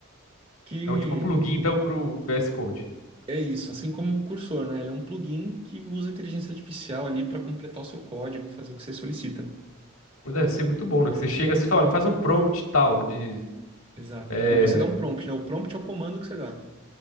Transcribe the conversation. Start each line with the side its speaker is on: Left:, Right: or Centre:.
Right: que
Left: É um tipo um plugin, então, pro VS Code.
Right: é isso, assim como o cursor, né? Ele é um plugin que usa a inteligência artificial ali para completar o seu código, fazer o que você solicita.
Left: Deve ser muito bom, né? Que Você chega assim e fala, faz um prompt tal de.
Right: Exato.
Left: é,
Right: Não, você dá um prompt, né? O prompt é o comando que você dá.